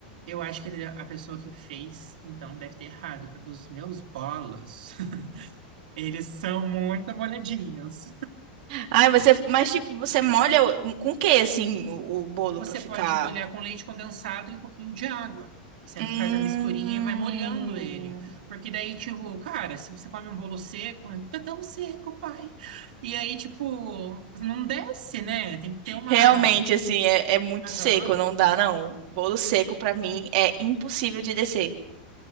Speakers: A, on the right (about 70°); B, on the right (about 45°).
A: Eu acho que ele- é a pessoa que fez, então, deve ter errado, porque os meus bolos, <laughs> eles são muito molhadinhos.
B: Ai, você, mas tipo, você molha o- um, com o que, assim, o, o bolo
A: Você
B: pra ficar.
A: pode molhar com leite condensado e um pouquinho de água. Você
B: Hum,
A: faz a misturinha e vai molhando ele. Porque daí, tipo, cara, se você come um bolo seco, tá tão seco, pai. E aí, tipo, não desce, né? Tem que ter uma.
B: realmente, assim, é, é muito
A: Aham.
B: seco, não dá, não. Bolo seco, pra mim, é impossível de descer.